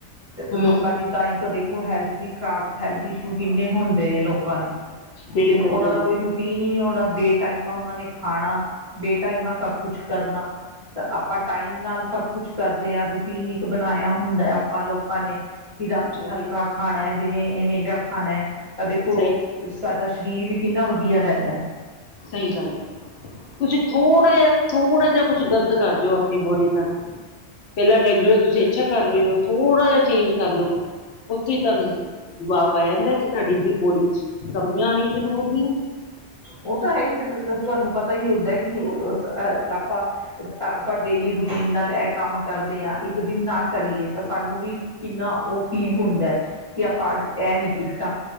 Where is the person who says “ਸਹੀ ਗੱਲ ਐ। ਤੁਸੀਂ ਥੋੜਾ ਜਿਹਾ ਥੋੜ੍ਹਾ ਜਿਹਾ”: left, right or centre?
Left